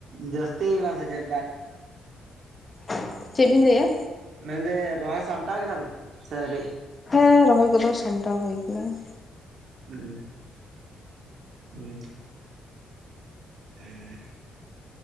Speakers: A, on the right; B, on the left.
A: ᱡᱟᱹᱥᱛᱤᱭᱮᱱᱟ ᱥᱮ ᱪᱮᱫ ᱫᱟᱜ?
B: <inaudible> ᱪᱮᱫ ᱵᱤᱱ ᱞᱟᱹᱭᱮᱫ-ᱟ?
A: ᱢᱮᱱᱫᱟᱹᱧ ᱨᱚᱦᱚᱭ ᱥᱟᱢᱴᱟᱣ ᱠᱮᱫᱟᱵᱤᱱ ᱥᱮ ᱟᱹᱣᱨᱤ?
B: ᱦᱮᱸ ᱨᱚᱦᱚᱭ ᱠᱚᱫᱚ ᱥᱟᱢᱴᱟᱣ ᱦᱩᱭ ᱟᱠᱟᱱᱟ ᱾
A: ᱦᱮᱸ ᱾ ᱦᱮᱸ ᱾ ᱦᱮᱸ ᱾